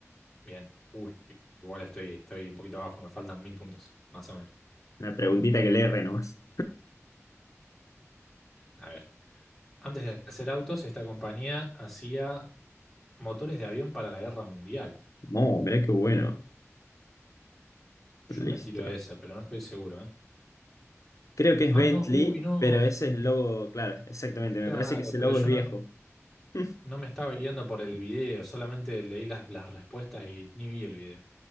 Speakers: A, in the centre; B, on the left.
A: Bien. Uy, igual estoy, estoy un poquito abajo, me faltan mil puntos, más o menos.
B: Una preguntita que le erre nomás.
A: A ver. Antes de hacer autos, esta compañía hacía motores de avión para la guerra mundial.
B: No, mirá qué bueno.
A: Yo
B: Listo.
A: me tiro esa, pero no estoy seguro, ¿eh?
B: Creo que es
A: Ay,
B: Bentley,
A: no, uy, no.
B: pero ese es el logo, claro, exactamente. Me
A: Claro,
B: parece que ese
A: pero
B: logo
A: yo
B: es viejo.
A: no,
B: <laughs>
A: no me estaba guiando por el video, solamente leí las, las respuestas y ni vi el video.